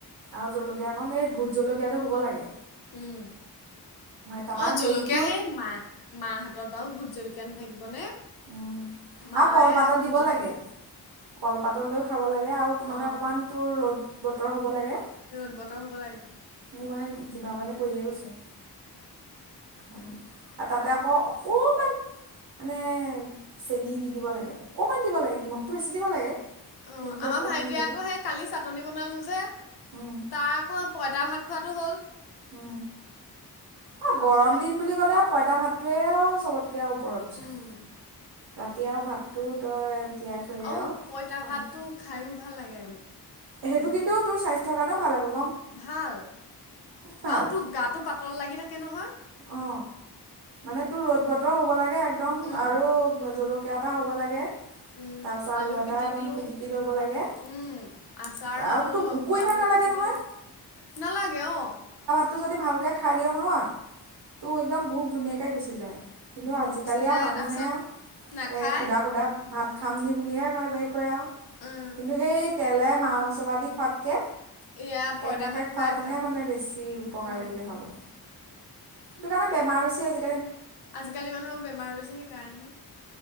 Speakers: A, on the right; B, on the left.
A: আৰু জলকীয়া কাৰণ এই ভোট জলকীয়াাতটো হ'ব লাগে
B: উম
A: তাৰপৰা
B: অ জলকীয়া
A: হেৰিটো
B: হে মাহ মাহ হাতত বাৰু ভোত জলকীয়া নাথাকিবনে
A: উম
B: মায়ে
A: আৰু কলপাতত
B: ভোট
A: দিব
B: জলকীয়া
A: লাগে
B: কাটি
A: কলপাত লৈও খাব লাগে আৰু ত মানে
B: অঁ
A: অকমান তোৰ ৰ'দ বতৰ হ'ব লাগে
B: ৰ'দ বতৰ হব লাগে
A: োৰ মানে জিিবা পানে পৰিয়ে গৈছে আৰু তাতে আকৌ অকমান মানে চেনী দি দিব লাগে অকণমান দিব লাগে নিমখটো বেছি দিবা লাগে
B: অ
A: চেনিটো
B: আমাৰ
A: অকণমান
B: ভাইটিয়ে
A: দি দিলে
B: আকৌ সেই কালি চাটনি বনালো যে
A: উম,
B: তাৰকৌ পইতা ভাত খোৱাাতটো হ'ল
A: উ অ
B: তাৰপিছত
A: গৰম
B: সেই
A: দিন বুলি ক'লে পইতা ভাত ভাতোৱে চবতকে আৰু ওপৰত চোন
B: উম
A: ৰাতি আৰু ভাতটো তই তিয়াই থৈ দে
B: আৰু পইতা
A: পানীত।
B: ভাতটো খাই ও ভাল লাগে,
A: সেইটো কিন্তু তোৰ স্বাস্থ্যৰ কাৰণেও ভাল হব।
B: ভাল
A: ভাল
B: আৰু তোৰ গাটো পাতল লাগি থাকে। <inaudible>
A: অ মানে তোৰ ৰ'দ বতৰ হ'ব লাগে একদম
B: উম
A: আৰু জলকীয়া এটা হ'ব লাগে।
B: উম
A: তাৰপিছত
B: আলু
A: এটা
B: পিটিকিলো
A: একদম পিটিকি ল'ব লাগে।
B: উম আচাৰ ললোঁ
A: আৰু তোৰ ভোকো ইমান
B: আলু
A: নালাগে
B: পিটিকিলো
A: নহয়।
B: নালাগে অ।
A: টো যদি ভালকে খাই দিয় নহয়, ত একদম বহুত ধুনীয়াকে গুচি যায়। কিন্তু
B: ভোক
A: আজিকালি
B: গুচি যায়
A: আৰু মানুহে
B: তাৰপাছত নাখায়
A: এ সুধা সুধা ভাত খাম নি বুলিহে কয় হেৰিকৈ আৰু
B: উম
A: কিন্তু সেই তেলে মা মছলা দি খোৱাতকে,
B: এয়া পঁইতা
A: এনেকে
B: ভাত
A: খোৱাটোহে
B: খোৱাই ভাল
A: মানে বেছি উপকাৰী
B: উম
A: বুলি ভাবো। সেইটো কাৰণে বেমাৰ বেছি আজি
B: আজিকালি মানুহৰ বেমাৰ বেছি সেইকাৰণেহে।